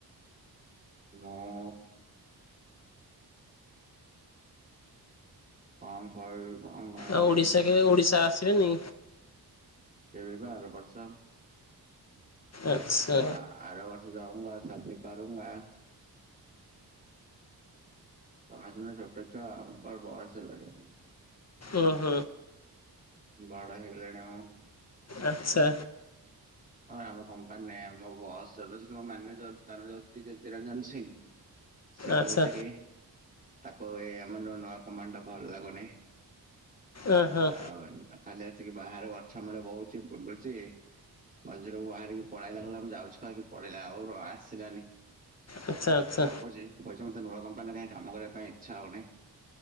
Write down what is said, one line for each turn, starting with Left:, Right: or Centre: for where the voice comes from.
Right: ହୁଁ। କଣ କହିବି? କଣ କହିବି
Left: ଆଉ ଓଡିଶା କେବେ ଓଡିଶା ଆସିବେନି?
Right: କେବେ ପା ଆର ବର୍ଷ?
Left: ଆଚ୍ଛା।
Right: <unintelligible> ତମେ ସିନା ଛୋଟ ଛୁଆ ଆମର ବୟସ ହେଲାଣୀ।
Left: ଓହ।
Right: ବଡ ହେଇଗଲିଣି ମୁଁ।
Left: ଆଚ୍ଛା।
Right: ହଁ ଆମ କମ୍ପାନୀରେ ଆମ ବସ୍ ଚାଲୁଛି ଆମ ମ୍ୟାନେଜର ଅଛି ଜ୍ୟୋତିରଞ୍ଜନ ସିଂହ। ସେ
Left: ଆଚ୍ଛା
Right: କହୁଛି କି ତାକୁ ଏ ଆମ ନୂଆ କମ୍ପାନୀଟା ଭଲ ଲାଗୁନି।
Left: ଓ ହୋ।
Right: ହଉ ଖାଲି ଆସିକି ବାହାରେ ଗଛ ମୂଳ ବଉଛି ବୁଲୁଛି। ମଝିରୁ ବାହାରିକି ପଳେଇଲା କହିଲା ମୁଁ ଯାଉଛି କହିକି ପଳେଇଲା ଆଉ ଆସିଲାନି।
Left: ଆଚ୍ଛା ଆଚ୍ଛା
Right: ତାକୁ କହୁଛି କହୁଛି ମତେ ନୂଆ କମ୍ପାନୀ କାଇ କାମ କରିବା ପାଇଁ ଇଚ୍ଛା ହଉନି।